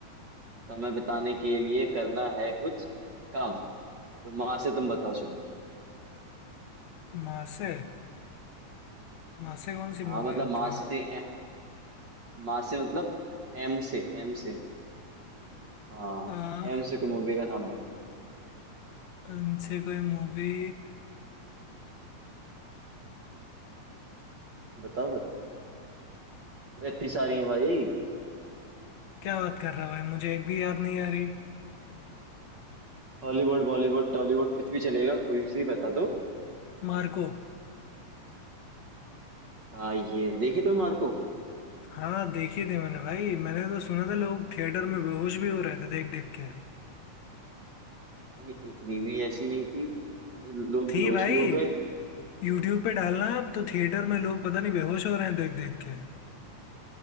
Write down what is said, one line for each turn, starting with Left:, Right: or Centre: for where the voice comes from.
Right: समय बिताने के लिए करना है कुछ काम तो माँ से तुम बताओ चलो
Left: माँ से माँ से कौन सी
Right: हाँ
Left: मूवी
Right: मतलब
Left: होती
Right: माँ
Left: है
Right: से ए- माँ से मतलब एम से एम से हाँ
Left: आ,
Right: एम से कोई मूवी का नाम बताओ
Left: उनसे कोई मूवी
Right: बताओ बताओ अरे इतनी सारी है भाई
Left: क्या बात कर रहा है भाई मुझे एक भी याद नहीं आ रही
Right: हॉलीवुड बॉलीवुड टॉलीवुड कुछ भी चलेगा कोई से भी बता दो
Left: मार्को
Right: हाँ ये देखी तुम मार्को
Left: हाँ देखी थी मैंने भाई मैंने तो सुना था लोग थिएटर में बेहोश भी हो रहे थे देख देख के
Right: भाई इतनी भी ऐसी नहीं थी लोग
Left: थी
Right: बेहोश
Left: भाई
Right: भी हो गए
Left: यूट्यूब पे डालना अब तो थिएटर में लोग पता नहीं बेहोश हो रहे हैं देख देख के